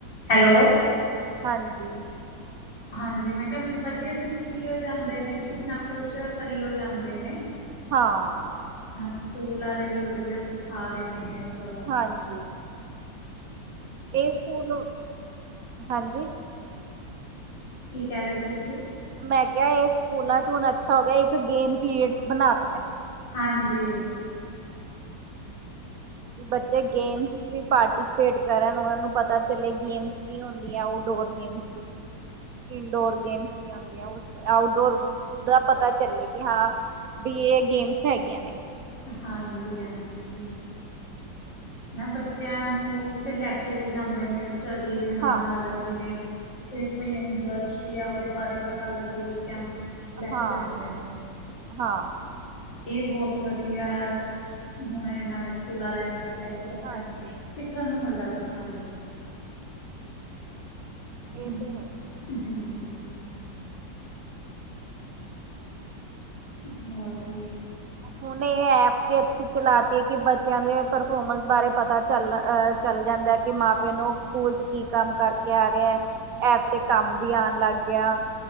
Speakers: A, on the left; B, on the right.
A: ਹੈਲੋ।
B: ਹਾਂਜੀ।
A: ਹਾਂਜੀ, ਮੈਂ ਕਿਹਾ ਬੱਚੇ ਸਿੱਖੀ ਓ ਜਾਂਦੇ ਨੇ ਕੁਛ ਨਾ ਕੁਛ, ਕਰੀ ਓ ਜਾਂਦੇ ਨੇ
B: ਹਾਂ।
A: ਸਕੂਲ ਆਲੇ ਵੀ ਵਧੀਆ ਸਿਖਾ ਰੇ ਨੇ ਚਲੋ
B: ਹਾਂਜੀ। ਇਹ ਸਕੂਲ, ਹਾਂਜੀ।
A: ਕੀ ਕਹਿ ਰ‌ਏ ਸੀ ਤੁਸੀਂ?
B: ਮੈਂ ਕਿਹਾ, ਇਹ ਸਕੂਲਾਂ 'ਚ ਹੁਣ ਅੱਛਾ ਹੋ ਗਿਆ, ਇੱਕ ਗੇਮ ਪੀਰੀਅਡਸ ਬਣਾ ਤਾ
A: ਹਾਂਜੀ।
B: ਕਿ ਬੱਚੇ ਗੇਮਸ ਵੀ ਪਾਰਟੀਸਪੇਟ ਕਰਨ ਉਹਨਾਂ ਨੂੰ ਪਤਾ ਚਲੇ ਗੇਮਸ ਕੀ ਹੁੰਦੀਆ, ਆਊਡੋਰ ਗੇਮਸ ਇਨਡੋਰ ਗੇਮਸ ਵੀ ਹ‌ੁੰਦੀਆਂ, ਉਸ ਆਊਟਡੋਰ ਦਾ ਪਤਾ ਚੱਲੇ ਕਿ ਹਾਂ ਬ‌ਈ ਇਹ ਗੇਮਸ ਹੈਗੀਆਂ ਨੇ
A: ਹਾਂਜੀ-ਹਾਂਜੀ। ਨਾ ਬੱਚਿਆਂ ਨੂੰ ਫਿਰ ਲੈ ਕੇ ਵੀ ਜਾਂਦੇ ਨੇ, ਸਟੱਡੀ ਦੇ ਨਾਲ-ਨਾਲ
B: ਹਾਂ
A: ਜਿਵੇ ਤੇ ਕੋਈ ਇੰਡਸਟਰੀਆ, ਓਦੇਂ ਬਾਰੇ ਪਤਾ ਲੱਗੇ ਬੱਚਿਆਂ ਲੈ
B: ਹਾਂ
A: ਕੇ ਜਾਂਦੇ ਨੇ
B: ਹਾਂ
A: ਇਹ ਬਹੁਤ ਵਧੀਆ, ਹੁਣ ਇਹਨਾਂ ਨੇ ਸਕੂਲਾਂ ਆਲਿਆਂ ਨੇ ਤੇ ਬੱਚਿਆਂ
B: ਹਾਂਜੀ
A: ਨੂੰ ਸਿੱਖਣ ਨੂੰ ਮਿਲਦਾ ਕੁਛ ਨਾ ਕੁਛ
B: ਇਹ
A: ਹੂੰ,
B: ਤੇ ਹੈ ਹੀ ਆ
A: ਹੂੰ ਹੋਰ ਜੀ?
B: ਹੁਣ ਇਹ ਐਪ ਵੀ ਅੱਛੀ ਚਲਾਤੀ ਏ ਕਿ ਬੱਚਿਆਂ ਦੇ ਪਰਫੋਰਮੈਂਸ ਬਾਰੇ ਪਤਾ ਚੱਲ ਅ ਚੱਲ ਜਾਂਦਾ ਕਿ, ਮਾਂ ਪਿਓ ਨੂੰ ਸਕੂਲ 'ਚ ਕੀ ਕੰਮ ਕਰਕੇ ਆ ਰਿਆ ਐਪ ਤੇ ਕੰਮ ਵੀ ਆਣ ਲੱਗ ਗਿਆ